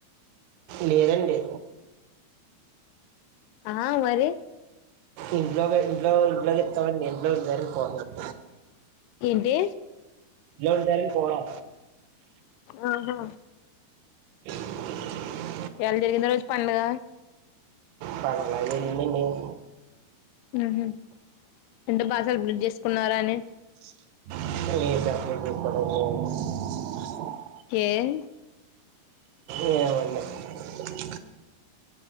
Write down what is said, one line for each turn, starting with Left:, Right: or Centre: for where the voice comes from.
Right: లేదఅండి
Left: ఆ మరి
Right: ఇంట్లో ఇంట్లో ఇంట్లోకి ఇస్తామండి ఇంట్లో జరిగి పోతుంది
Left: ఏంటి
Right: ఉండాలని కూడా
Left: ఆహ
Right: <inaudible>
Left: ఇయ్యాల్ జరిగింది రోజ్ పండుగ
Right: పాల <inaudible>
Left: ఉహు అంటే బాగా సెలబ్రేట్ చేసుకున్నారా అని
Right: నీ <unintelligible>
Left: కేల్
Right: ఏమ్ వుండే